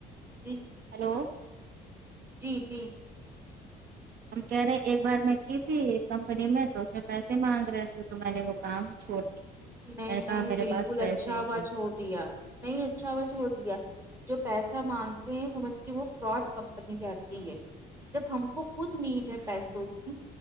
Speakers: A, on the right; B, on the right.
A: جی
B: ہیلو
A: جی جی
B: ہم کہہ رہے ہیں ایک بار میں کی تھی ایک کمپنی میں تو اس میں پیسے مانگ رہے تھے تو میں نے وہ کام چھوڑ دیا
A: نہیں
B: میں نے
A: نہیں
B: کہا میرے
A: بالکل
B: پاس پیسے
A: اچھا
B: ہی
A: ہوا
B: نہیں
A: چھوڑ دیا نہیں اچھا ہوا چھوڑ دیا جو پیسہ مانگتے ہیں سمجھے وہ فراڈ کمپنی رہتی ہے جب ہم کو خود نیٹ ہے پیسوں کی